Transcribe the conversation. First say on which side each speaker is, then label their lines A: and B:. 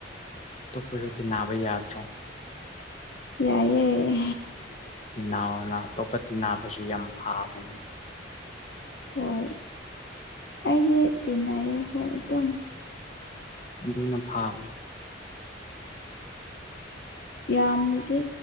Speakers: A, on the left; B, on the left.
A: ꯑꯇꯣꯞꯄꯁꯨ ꯇꯤꯅꯥꯕ ꯌꯥꯗ꯭ꯔꯣ
B: ꯌꯥꯏꯌꯦ
A: ꯇꯤꯅꯧꯅ ꯑꯇꯣꯞꯄ ꯇꯤꯅꯥꯕꯁꯨ ꯌꯥꯝ ꯐꯥꯕꯅꯤ
B: ꯍꯣꯏ ꯑꯩꯗꯤ ꯇꯤꯟꯅ ꯍꯣꯏ ꯑꯗꯨꯝ
A: ꯑꯗꯨꯅ ꯐꯥꯕꯅꯤ
B: ꯌꯥꯝꯅꯗꯤ